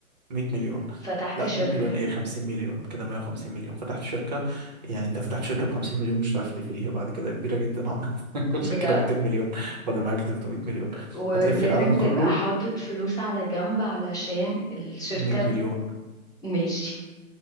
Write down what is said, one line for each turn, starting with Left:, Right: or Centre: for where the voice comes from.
Right: 100 مليون
Left: فتحت
Right: لا
Left: شركة
Right: 100 مليون ايه 50 مليون كده 150 مليون فتحت شركه يعني انت فتحت شركه ب 50 مليون مش هتعرف تقفليها بعد كده كبيره جدا عملت <laughs> كل
Left: بجد
Right: كده 200 مليون فاضل معاك 300 مليون
Left: ولازم
Right: هتلفي العالم كله
Left: تبقى حاطط فلوس على جنب علشان الشركة
Right: ب 100 مليون
Left: ماشي